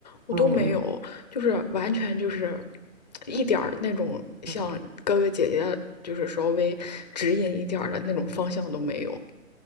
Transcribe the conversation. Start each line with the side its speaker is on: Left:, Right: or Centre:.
Left: 我都没有，
Right: 嗯嗯嗯嗯。
Left: 就是完全就是一点儿那种像哥哥姐姐就是稍微指引一点儿的那种方向都没有。
Right: 嗯嗯